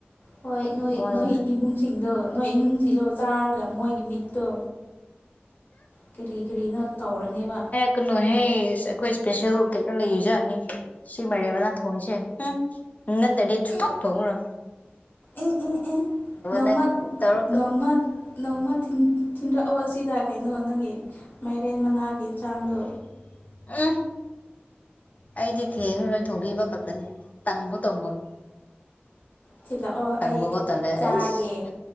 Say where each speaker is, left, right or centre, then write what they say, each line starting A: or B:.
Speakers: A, on the left; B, on the left.
A: ꯍꯣꯏ ꯅꯣꯏ
B: ꯋꯥ ꯂꯧꯗꯦ
A: ꯅꯣꯏ ꯏꯃꯨꯡꯁꯤꯡꯗꯣ ꯅꯣꯏ ꯏꯃꯨꯡꯁꯤꯗꯣ ꯆꯥꯔꯒ ꯃꯣꯏꯒꯤ ꯃꯤꯠꯇꯣ ꯀꯔꯤ ꯀꯔꯤꯅꯣ ꯇꯧꯔꯅꯤꯕ꯫
B: ꯀꯩꯅꯣꯍꯦ ꯑꯩꯈꯣꯏ ꯏꯁꯄꯦꯁꯦꯜ ꯀꯩꯅꯣ ꯂꯩꯖꯥꯠꯅꯤ꯫ ꯁꯤ ꯃꯥꯏꯔꯦꯟ ꯃꯅꯥ ꯊꯣꯡꯏꯁꯦ ꯅꯠꯇ꯭ꯔꯗꯤ ꯁꯨꯊꫭꯡ
A: ꯎꯝ
B: ꯊꫭꯡꯑꯔꫭꯏ꯫
A: ꯑꯦ ꯑꯦ ꯑꯦ ꯅꯣꯡꯃꯥ
B: ꯅꯪ ꯇꯧꯔꯛꯀꯅꯨ
A: ꯅꯣꯡꯃ ꯅꯪꯃ ꯊꯤꯟ ꯊꯤꯟꯔꯛꯑꯣ ꯁꯤꯗ ꯀꯩꯅꯣ ꯅꯪꯒꯤ ꯃꯥꯏꯔꯦꯟ ꯃꯅꯥꯒꯤ ꯏꯟꯁꯥꯡꯗꯣ
B: <unintelligible> ꯑꯩꯗꯤ ꯊꯦꯡꯔꯔꯣꯏ ꯊꫭꯡꯕꯤꯕ ꯈꯛꯇꯅꯤ ꯇꯪꯕ ꯇꯝꯃꫭꯏ꯫
A: ꯊꯤꯜꯂꯛꯑꯣ
B: ꯇꯪꯕꯕꯧ
A: ꯑꯩ
B: ꯇꯜꯂꯦ
A: ꯆꯥꯒꯦ
B: ꯑꯁ